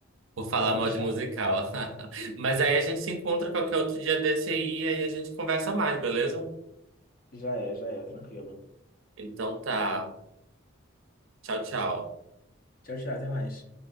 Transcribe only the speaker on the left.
Pode
deixar.
Já é, já é, tranquilo.
Tchau, tchau, até mais.